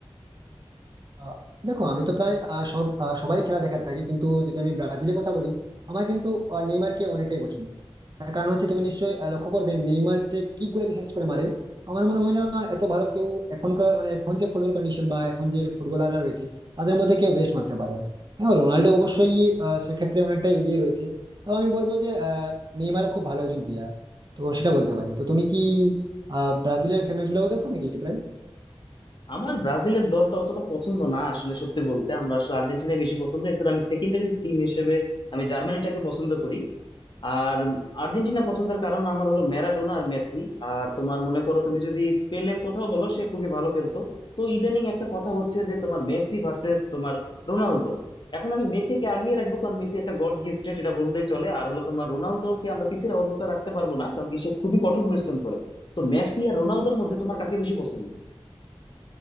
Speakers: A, on the right; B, on the left.
A: আহ, দেখো আমি তো প্রায় আহ, সব আহ, সবারই খেলা দেখা থাকি কিন্তু যদি আমি ব্রাজিলের কথা বলি আমার কিন্তু আহ, নেইমারকে অনেকটাই পছন্দ তার কারণ হচ্ছে তুমি নিশ্চয়ই আহ, লক্ষ্য করবে নেইমার যে কিক গুলো বিশেষ করে মারে আমার মনে হয় না এত ভালো কেউ এখনকার মানে এখন যে ফুটবল কন্ডিশন বা এখন যে ফুটবলাররা রয়েছে তাদের মধ্যে কেউ বেস্ট মারতে পারে হ্যাঁ রোনাল্ডো অবশ্যই আহ, সেক্ষেত্রে অনেকটা এগিয়ে রয়েছে তাও আমি বলবো যে আহ, নেইমারও খুব ভালো একজন প্লেয়ার তো সেটা বলতে পারি তো তুমি কি আহ ব্রাজিলের ম্যাচগুলো দেখো নাকি প্রায়
B: আমার ব্রাজিলের দলটা অতটা পছন্দ না আসলে সত্যি বলতে আমরা আসলে আর্জেন্টিনাই বেশি পছন্দ এছাড়া আমি সেকেন্ডারি টিম হিসেবে আমি জার্মানিটাকে পছন্দ করি আর আর্জেন্টিনা পছন্দের কারণ আমার হলো ম্যারাডোনা আর মেসি আর তোমার মনে করো তুমি যদি পেলের কথাও বলো সে খুবই ভালো খেলতো তো ইদানিং একটা কথা হচ্ছে যে তোমার মেসি ভার্সেস তোমার রোনালদো এখন আমি মেসিকে আগিয়ে রাখবো কারণ মেসি একটা গড গিফটেড এটা বললেই চলে আর হলো তোমার রোনালদোকে আমরা পিছিয়ে অন্তত রাখতে পারবো না কারণ কি সে খুবই কঠোর পরিশ্রম করে তো মেসি আর রোনালদোর মধ্যে তোমার কাকে বেশি পছন্দ